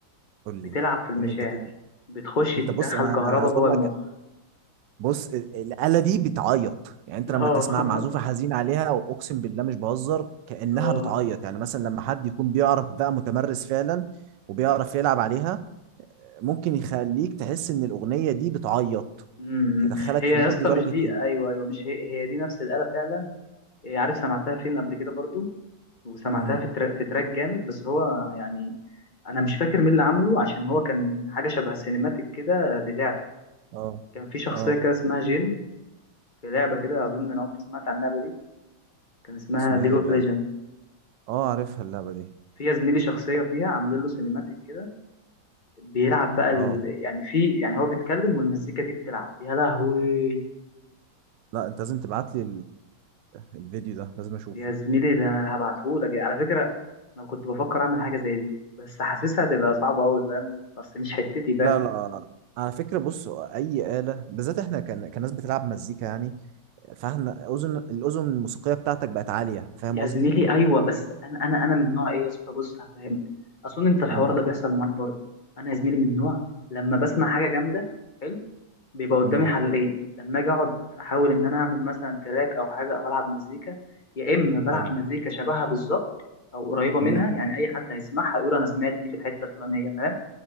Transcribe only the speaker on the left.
بتلعب في المشاعر
بتخش
تدخل
كهربا
جوه
المخ
<laughs>
اه
اه
أمم.
إمم. هي
يا
اسطى
مش دي
ايوه ايوه مش هي هي دي نفس الآلة فعلا إيه، عارف سمعتها فين قبل كده برضو وسمعتها
في تراك في تراك جامد بس هو يعني انا مش فاكر مين اللي عامله عشان هو كان حاجه شبه سينماتيك كده للعبه
كان في شخصيه
كده اسمها جين في لعبه كده اظن لو انت سمعت عن اللعبه دي كان اسمها
ليج
اوف
ليجند
في يا زميلي شخصيه فيها عاملين له سينماتيك كده بيلعب بقى ال...
يعني في يعني هو بيتكلم والمزيكا دي بتلعب يا لهوي
يا زميلي ده انا هبعتهولك على فكره انا كنت بفكر اعمل حاجه زي دي بس حاسسها هتبقى صعبه قوي فاهم بس مش حتتي فاهم
يا
زميلي ايوه بس انا انا انا من نوع ايه يا اسطى بص هفهمك اظن انت الحوار
ده بيحصل معاك برضه انا يا زميلي من نوع لما بسمع حاجه جامده حلو بيبقى قدامي
حلين لما اجي اقعد احاول ان انا اعمل مثلا تراك او حاجه او العب مزيكا يا اما بلعب
مزيكا شبهها بالظبط او قريبه منها
يعني اي حد هيسمعها يقول انا سمعت دي في الحته الفلانيه فاهم